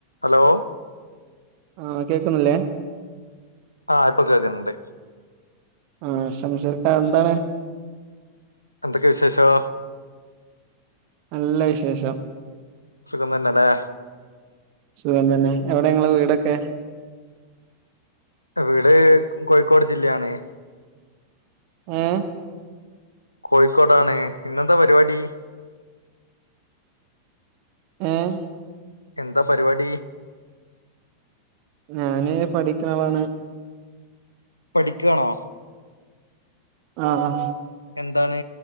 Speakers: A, on the left; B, on the right.
A: Hello
B: ആഹ് കേക്കുന്നില്ലേ?
A: ആഹ് ഇപ്പൊ കേക്ക്ന്ന് ണ്ട്.
B: ആഹ്! !!! എന്താണ്?
A: എന്തൊക്കെ വിശേഷോ?
B: നല്ല വിശേഷം.
A: സുഖം തന്നെ ലേ
B: സുഖം തന്നെ, എവിടെ ങ്ങളെ വീടൊക്കെ?
A: വീട്, കോയിക്കോട് ജില്ലയാണ്.
B: ഊം?
A: കോഴിക്കോടാണ്. ഇന്നെന്താ പരിപാടി?
B: ഏഹ്?
A: എന്താ പരിപാടീ?
B: ഞാന് പഠിക്ക്ണാളാണ്.
A: പഠിക്കാണോ?
B: ആഹ് ആഹ്
A: എന്താണ്